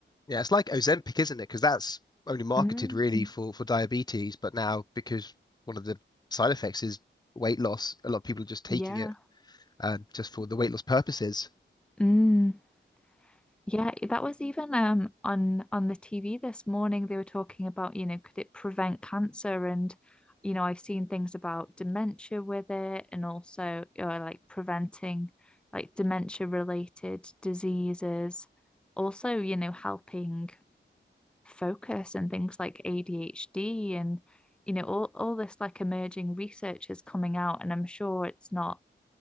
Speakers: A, on the left; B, in the centre.
A: Yeah, it's like Ozempic, isn't it? Because that's only marketed
B: Mm,
A: really for for diabetes, but now because one of the side effects is weight loss, a lot of people are just taking
B: yeah.
A: it uh, just for the weight loss purposes.
B: Mm, yeah, that was even um on on the TV this morning they were talking about, you know, could it prevent cancer and you know, I've seen things about dementia with it and also uh, like preventing like dementia related diseases. Also, you know, helping focus and things like ADHD and you know all, all this like emerging research is coming out and I'm sure it's not